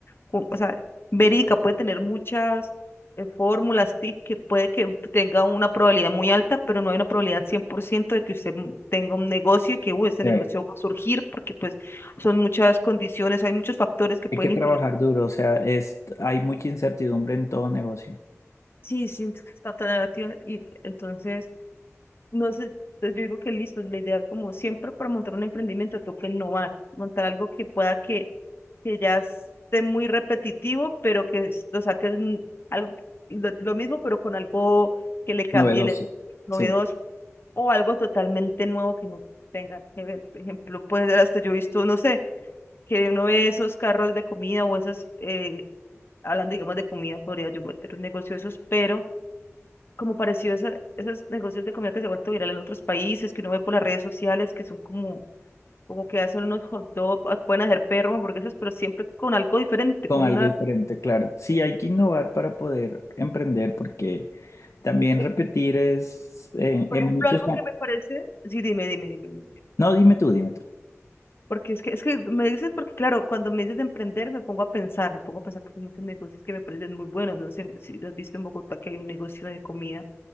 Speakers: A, on the left; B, on the left.
A: o o sea, verídica, puede tener muchas eh, fórmulas, tips, que puede que tenga una probabilidad muy alta, pero no hay una probabilidad 100% de que usted m- tenga un negocio y que uy, este
B: Sí.
A: negocio va a surgir, porque pues son muchas condiciones, hay muchos factores que pueden
B: Hay que trabajar
A: influir.
B: duro, o sea, es, hay mucha incertidumbre en todo negocio.
A: Sí, sí, entonces está tan negativa y entonces, no sé, entonces yo digo que listo, la idea es como siempre para montar un emprendimiento toca innovar, montar algo que pueda que que ya esté muy repetitivo, pero que es- lo saques mm, algo, lo, lo mismo, pero con algo que le cambie
B: Novedoso.
A: le- novedoso
B: Sí,
A: o algo totalmente nuevo que no tengan que ver. Por ejemplo, puede ser hasta yo he visto, no sé, que uno ve esos carros de comida o esos, eh, hablando digamos de comida, podría yo meter un negocio de esos, pero como parecido a esa- esos negocios de comida que se ha vuelto viral en otros países, que uno ve por las redes sociales, que son como como que hacen unos hot dogs, pueden hacer perro, hamburguesas, pero siempre con algo diferente,
B: con
A: con
B: algo
A: una
B: diferente, claro. Sí, hay que innovar para poder emprender, porque también
A: Sí,
B: repetir es en,
A: Por
B: en
A: ejemplo,
B: muchos...
A: algo que me parece, sí, dime, dime, dime, dime.
B: No, dime tú, dime tú.
A: Porque es que, es que me dices, porque claro, cuando me dices de emprender, me pongo a pensar, me pongo a pensar porque hay muchos negocios que me parecen muy buenos, no sé si lo has visto en Bogotá, que hay un negocio de comida